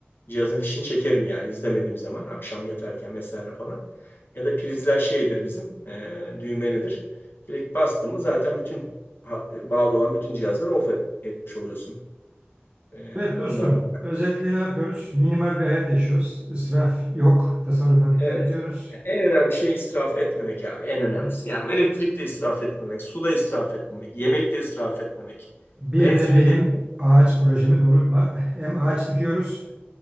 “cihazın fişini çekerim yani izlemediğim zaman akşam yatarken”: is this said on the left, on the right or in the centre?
Left